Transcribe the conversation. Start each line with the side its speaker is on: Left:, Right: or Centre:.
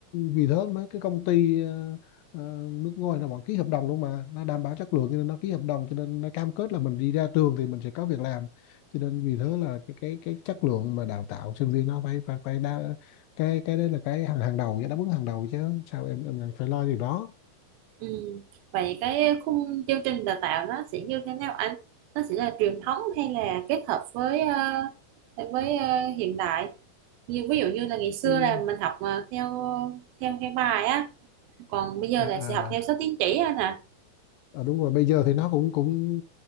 Left: vì thế mấy cái công ty ờ, ờ, nước ngoài nó vẫn ký hợp đồng luôn mà nó đảm bảo chất lượng cho nên nó ký hợp đồng cho nên nó cam kết là mình đi ra trường thì mình sẽ có việc làm cho nên vì thế là cái cái cái chất lượng mà đào tạo sinh viên nó phải phải phải đa, cái cái đấy là cái hàng hàng đầu đáp ứng hàng đầu chứ sao em em lại phải lo điều đó
Right: Ừ. Vậy cái khung chương trình đào tạo nó sẽ như thế nào anh? Nó sẽ là truyền thống hay là kết hợp với ờ, với ờ, hiện đại? Như ví dụ như là ngày xưa
Left: cái
Right: là mình học mà theo theo theo bài á, còn bây giờ
Left: à
Right: là
Left: à
Right: sẽ học theo số tín chỉ anh à.
Left: à, đúng rồi bây giờ thì nó cũng cũng